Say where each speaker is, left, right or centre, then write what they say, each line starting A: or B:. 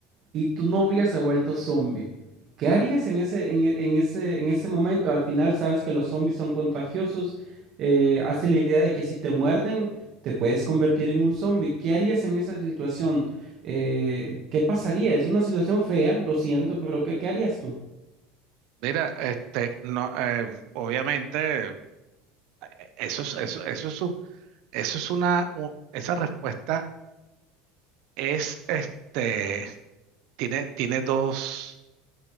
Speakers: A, on the right; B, on the right.
A: y tu novia se ha vuelto zombie. ¿Qué harías en ese, en, e- en ese, en ese momento? Al final sabes que los zombies son contagiosos, eh, hace la idea de que si te muerden, te puedes convertir en un zombie. ¿Qué harías en esa situación? Eh, ¿qué pasaría? Es una situación fea, lo siento, pero ¿qué, qué harías tú?
B: mira, este, no, eh, obviamente, eh, eso es, eso, eso es, un- eso es una, u- esa respuesta es, este, tiene, tiene dos,